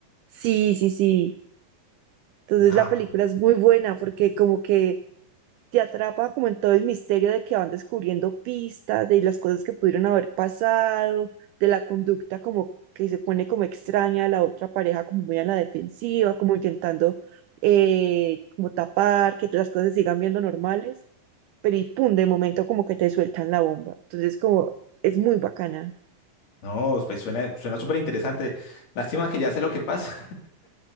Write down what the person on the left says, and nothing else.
Nah,
no, pues suena, suena súper interesante. Lástima que ya sé lo que pasa.